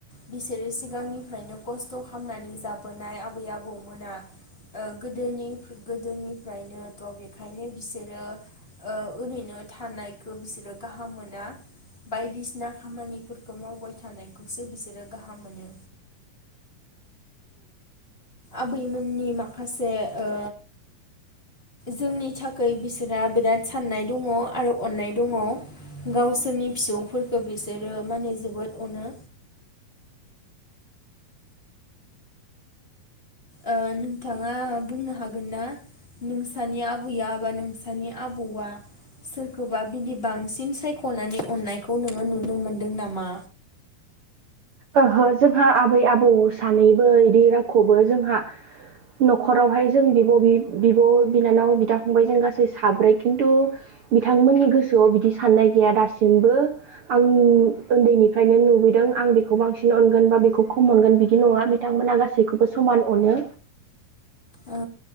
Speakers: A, on the left (about 15°); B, on the right (about 70°).
A: बिसोरो सिगांनिफ्रायनो खस्थ' खालामनानै जाबोनाय आबै आबौमोना गोदोनि गोदोनि, ओमफ्रायनोथ' बेखायनो बिसोरो ओ ओरैनो थानायखौ बिसोरो गाहाम मोना बायदिसिना खामानिफोरखौ मावबाय थानायखौसो बिसोरो गाहाम मोनो आबैमोननि माखासे ओ जोंनि थाखाय बिसोरहा बिराद साननाय दङ आरो अन्नाय दङ गावसोरनि फिसौफोरखौ बिसोरो माने जोबोद अनो, ओ नोंथाङा बुंनो हागोन ना नोंसानि आबैया बा नोंसानि आबौआ सोरखौबा बिदि बांसिन सायख'नानै अननायखौ नोङो नुनो मोनदों नामा?
B: ओहो जोंहा आबै आबौ सानैबो इदि रावखौबो जोंहा न'खरावहाय जों बिब बिब' बिनानाव बिदा फंबाय जों गासै साब्रै खिन्थु बिथांमोननि गोसोआव बिदि साननाय गैया दासिमबो आं उन्दैनिफ्रायनो नुबोदों आं बेखौ बेखौ बांसिन अनगोन बा बेखौ खम मोननगोन बिदि नङा बिथांमोना गासैखौबो समान अनो,
A: औ